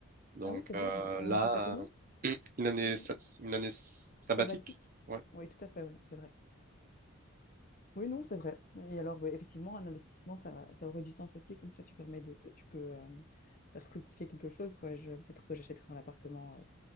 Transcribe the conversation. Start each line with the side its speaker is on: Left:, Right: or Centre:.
Right: Donc
Left: Ah oui, c'est vrai,
Right: euh,
Left: moi, ça- on
Right: là,
Left: appelle ça comment
Right: euh, <clears throat> une année,
Left: déjà?
Right: sa- une année sabbatique.
Left: Sabbatique?
Right: ouais.
Left: Oui, tout à fait, oui, c'est vrai. Oui, non, c'est vrai. Et alors, ouais, effectivement, un investissement, ça, ça aurait du sens aussi, comme ça, tu permets de, ça- tu peux euh, faire fructifier quelque chose, quoi. Je, peut-être que j'achèterai un appartement. euh,